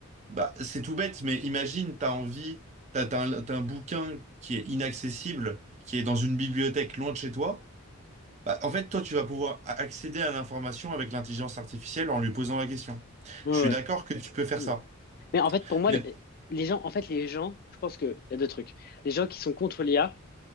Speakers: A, on the right; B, on the left.
A: bah, c'est tout bête, mais imagine, t'as envie, t'as, t'as un, t'as un bouquin qui est inaccessible, qui est dans une bibliothèque loin de chez toi. Bah, en fait, toi, tu vas pouvoir a- accéder à l'information avec l'intelligence artificielle en lui posant la question.
B: Ouais,
A: Je
B: ouais.
A: suis d'accord que tu peux faire
B: Bon.
A: ça.
B: Mais en fait, pour moi,
A: Mais
B: les, les gens, en fait, les gens, je pense qu'il y a deux trucs. Les gens qui sont contre l'IA,